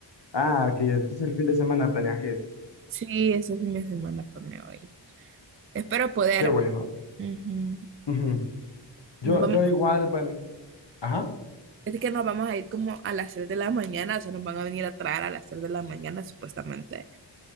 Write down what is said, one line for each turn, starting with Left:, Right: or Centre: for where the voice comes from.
Left: Ah, ok. Entonces el fin de semana planeas ir.
Right: Sí, ese fin de semana pues me voy a ir. Espero poder.
Left: Qué bueno.
Right: Ujú.
Left: Ujú. Yo,
Right: Nos vamos,
Left: yo igual, bueno. Ajá.
Right: es que nos vamos a ir como a las 3 de la mañana, o sea, nos van a venir a traer a las 3 de la mañana supuestamente.